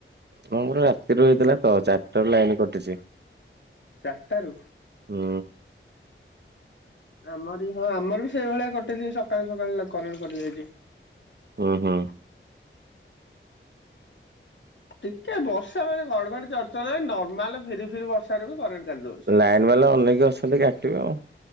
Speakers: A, on the right; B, on the left.
A: ହଁ ଆମର ରାତିରୁ ହେଇଥିଲା ତ ଚାରିଟା ରେ ଲାଇନ୍ କଟିଛି।
B: ଚାର୍ ଟା ରେ।
A: ହୁଁ
B: ଆମର ହିଁ ଆମର ବି ସେଇଭଳିଆ କଟି ସକାଳୁ ସକାଳୁ କରେଣ୍ଟ କଟି ଯାଇଛି।
A: ହଁ ହଁ।
B: ଟିକେ ବର୍ଷା ମାନେ ଘଡ଼ ଘଡ଼ ଚର୍ ଚର୍ ନର୍ମାଲ ଫିରି ଫିରି ବର୍ଷା ରେ ବି କରେଣ୍ଟ କାଟି ଦଉଛି।
A: ଲାଇନ୍ ବାଲା ଅନେଇକି ଅଛନ୍ତି କାଟିବେ ଆଉ।